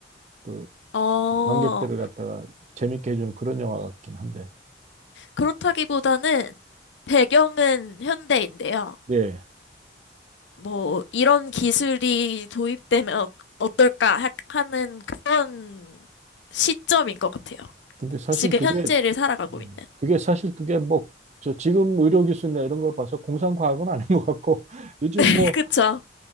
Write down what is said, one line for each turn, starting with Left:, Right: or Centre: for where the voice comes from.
Right: 그
Left: 어,
Right: 관객들을 갖다가 재밌게 해주는 그런 영화 같긴 한데.
Left: 그렇다기보다는 배경은 현대인데요.
Right: 예.
Left: 뭐, 이런 기술이 도입되면 어떨까 하- 하는 그런 시점인 것 같아요.
Right: 근데 사실
Left: 지금
Right: 그게,
Left: 현재를 살아가고
Right: 음.
Left: 있는.
Right: 그게 사실 그게 뭐, 저 지금 의료기술이나 이런 걸 봐서 공상과학은 아닌 것 같고, <laughs> 요즘
Left: <laughs>
Right: 뭐,
Left: 그쵸?